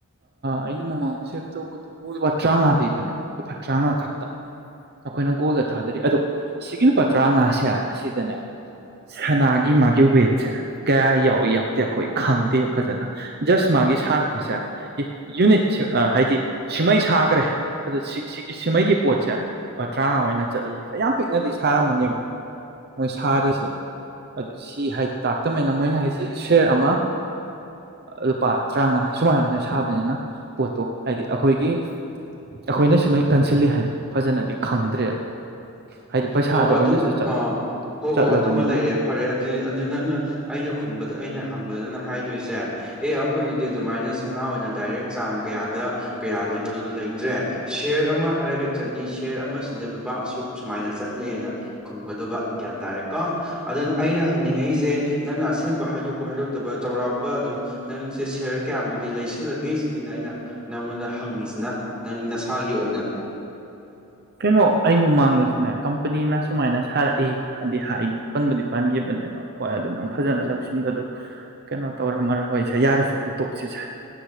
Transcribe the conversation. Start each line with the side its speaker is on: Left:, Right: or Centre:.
Right: ꯑꯩꯅ ꯃꯃꯥꯡ ꯆꯦꯛ ꯇꯧꯕꯗꯨꯕꯨ ꯂꯨꯄꯥ ꯇꯔꯥꯃꯉꯥ ꯄꯤꯕꯅꯦꯕ ꯂꯨꯄꯥ ꯇꯔꯥꯃꯉꯥ ꯈꯛꯇ ꯑꯩꯈꯣꯏꯅ ꯒꯣꯜꯗ ꯊꯥꯗꯔꯤ ꯑꯗꯣ ꯁꯤꯒꯤ ꯂꯨꯄꯥ ꯇꯔꯥꯉꯥꯁꯦ ꯑꯁꯤꯗꯅꯦ ꯁꯅꯥꯒꯤ ꯃꯥꯒꯤ ꯋꯦꯠ ꯁꯦ ꯀꯌꯥ ꯌꯥꯎꯏ ꯌꯥꯎꯗꯦ ꯑꯩꯈꯣꯏ ꯈꯪꯗꯦ ꯐꯖꯅ ꯖꯁ ꯃꯥꯒꯤ ꯁꯥꯔꯛꯄꯁꯦ ꯌꯨꯅꯤꯠ ꯍꯥꯏꯗꯤ ꯁꯤꯃꯩ ꯁꯥꯈ꯭ꯔꯦ ꯑꯗꯨ ꯁꯤꯒꯤ ꯁꯤꯃꯩꯒꯤ ꯄꯣꯠꯁꯦ ꯂꯨꯄꯥ ꯇꯔꯥꯉꯥ ꯑꯣꯏꯅ ꯆꯠꯂꯤ ꯑꯌꯥꯝ ꯄꯤꯛꯅꯗꯤ ꯁꯥꯔꯝꯃꯅꯦꯕ ꯃꯣꯏ ꯁꯥꯔꯤꯁꯦ ꯑꯗꯨ ꯁꯤ ꯍꯥꯏꯗꯤ ꯇꯥꯛꯇꯕꯅꯤꯅ ꯃꯣꯏꯅ ꯍꯥꯏꯁꯤ ꯁꯦꯌꯔ ꯑꯃ ꯂꯨꯄꯥ ꯇꯔꯥꯃꯉꯥ ꯁꯨꯃꯥꯏ ꯑꯣꯏꯅ ꯁꯥꯕꯅꯤꯅ ꯄꯣꯠꯇꯣ ꯍꯥꯏꯗꯤ ꯑꯩꯈꯣꯏꯒꯤ ꯑꯩꯈꯣꯏꯅ ꯁꯨꯃꯩ ꯀꯟꯁꯤꯜꯂꯤ ꯍꯥꯏꯗꯣ ꯐꯖꯅꯗꯤ ꯈꯪꯗ꯭ꯔꯦꯕ ꯍꯥꯏꯗꯤ ꯄꯩꯁꯥꯗ
Centre: ꯑꯣ
Right: ꯑꯣꯏꯅꯁꯨ
Centre: ꯑꯗꯨ ꯑꯥ ꯍꯣ
Right: ꯆꯠꯂꯕꯅꯤꯅ
Centre: ꯍꯣꯏ ꯑꯗꯨꯃ ꯂꯩꯔꯦ ꯐꯔꯦ ꯑꯗꯨꯗꯤ ꯑꯗꯨ ꯅꯪꯅ ꯑꯩꯅ ꯈꯨꯝꯕꯗ ꯑꯩꯅ ꯍꯪꯕꯗꯅ ꯍꯥꯏꯗꯣꯏꯁꯦ ꯑꯦ ꯑꯩꯈꯣꯏꯒꯤꯗꯤ ꯑꯗꯨꯃꯥꯏꯅ ꯁꯅꯥ ꯑꯣꯏꯅ ꯗꯥꯏꯔꯦꯛ ꯆꯥꯡ ꯀꯌꯥꯗ ꯀꯌꯥ ꯂꯩꯕꯅꯣꯗ ꯂꯩꯇ꯭ꯔꯦ ꯁꯤꯌꯔ ꯑꯃ ꯍꯥꯏꯔꯒ ꯆꯠꯂꯤ ꯁꯤꯌꯔ ꯑꯃꯁꯤꯗ ꯂꯨꯄꯥ ꯑꯁꯨꯛ ꯁꯨꯃꯥꯏꯅ ꯆꯠꯂꯦꯅ ꯈꯨꯝꯒꯗꯕ ꯒ꯭ꯌꯥꯟ ꯇꯥꯔꯦꯀꯣ ꯑꯗꯨꯅ ꯑꯩꯅ ꯍꯪꯅꯤꯡꯉꯛꯁꯦ ꯅꯪꯅ ꯑꯁꯦꯡꯕ ꯍꯥꯏꯗꯣꯛꯄ ꯍꯥꯏꯗꯣꯛꯇꯕ ꯆꯥꯎꯧꯔꯥꯛꯄ ꯑꯗꯨꯝ ꯅꯪꯁꯦ ꯁꯌꯔ ꯀꯌꯥꯃꯨꯛꯇꯤ ꯂꯩꯁꯤꯜꯂꯒꯦ ꯁꯤꯅꯤꯗ ꯑꯩꯅ ꯅꯪꯉꯣꯟꯗ ꯍꯪꯉꯤꯁꯤꯅ ꯅꯪ ꯅꯁꯥꯒꯤ ꯑꯣꯏꯅ
Right: ꯀꯩꯅꯣ ꯑꯩ ꯃꯃꯥꯡꯗꯁꯨꯅꯦ ꯀꯝꯄꯅꯤꯅ ꯁꯨꯃꯥꯏꯅ ꯁꯥꯔꯛꯏ ꯍꯥꯏꯗꯤ ꯄꯟꯕꯗꯤ ꯄꯟꯈꯤꯕꯅꯦꯕ ꯍꯣꯏ ꯑꯗꯨ ꯅꯪ ꯐꯖꯅ ꯂꯧꯁꯤꯟꯕꯗꯣ ꯀꯩꯅꯣ ꯇꯧꯔꯝꯃꯔ ꯍꯣꯏꯁꯦ ꯌꯥꯔꯁꯦ ꯑꯗꯨ ꯇꯣꯛꯁꯤꯁꯦ